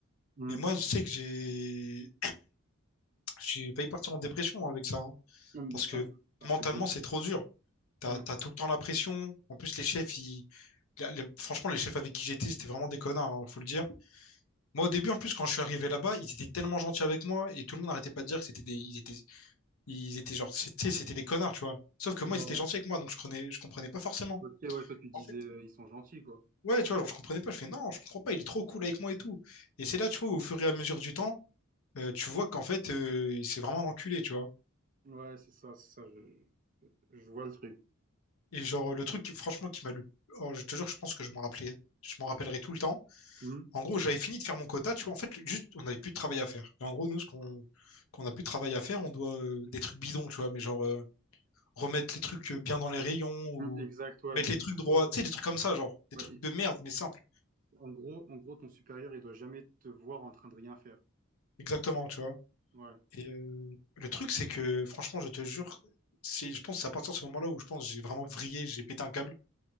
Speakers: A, on the right; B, on the left.
A: Hmm.
B: Mais moi, je sais que j'ai j'ai failli partir en dépression avec ça, hein.
A: Non, mais
B: parce
A: c'est
B: que
A: un, c'est
B: mentalement,
A: un truc de.
B: c'est trop dur. T'as,
A: Hmm.
B: t'as tout le temps la pression. En plus, les chefs, ils... la- les- franchement, les chefs avec qui j'étais, c'était vraiment des connards, hein, faut le dire. Moi, au début, en plus, quand je suis arrivé là-bas, ils étaient tellement gentils avec moi et tout le monde n'arrêtait pas de dire que c'était des, ils étaient, ils étaient genre, c'était, c'était des connards, tu vois. Sauf que
A: Ouais.
B: moi, ils étaient gentils avec moi, donc je comprenais, je comprenais pas forcément.
A: Ok, ouais, toi tu disais
B: En fait,
A: euh, ils sont gentils, quoi.
B: ouais, tu vois, genre, je comprenais pas. Je fais non, je comprends pas. Il est trop cool avec moi et tout. Et c'est là, tu vois, au fur et à mesure du temps. euh, tu vois qu'en fait, euh, c'est vraiment un enculé, tu vois.
A: Ouais, c'est ça, c'est ça, je, je vois le truc.
B: Et genre, le truc, qui- franchement, qui m'a le... oh, je te jure, je pense que je m'en rappelais... je m'en rappellerai tout le temps.
A: Hmm.
B: En gros, j'avais fini de faire mon quota, tu vois. En fait, juste, on n'avait plus de travail à faire. Et en gros, nous, ce qu'on qu'on a plus de travail à faire, on doit euh, des trucs bidons, tu vois. Mais genre, euh, remettre les trucs euh, bien dans les rayons ou
A: Hmm, Exact, ouais,
B: mettre
A: même
B: les trucs droits.
A: pour nous.
B: Tu sais, des trucs comme ça, genre. Des
A: Ouais,
B: trucs
A: et-
B: de merde, mais simples.
A: en gros, en gros, ton supérieur, il doit jamais te voir en train de rien faire.
B: Exactement, tu vois.
A: Ouais.
B: Et euh, le truc, c'est que, franchement, je te jure, c'est, je pense, que c'est à partir de ce moment-là où je pense que j'ai vraiment vrillé, j'ai pété un câble.